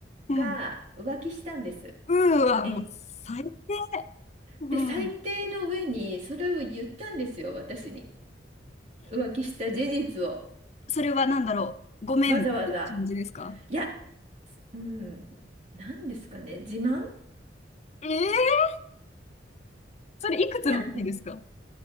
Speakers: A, on the left; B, on the right.
A: うん。
B: が浮気したんです。
A: うーはもう最
B: えん
A: 低。うん。
B: で、最低の上にそれを言ったんですよ、私に。浮気した事実を。
A: それは何だろう。ごめんみたいな感じですか
B: わざわざ。いや、うん、なんですかね、自慢
A: ええそれいくつの時ですか
B: な、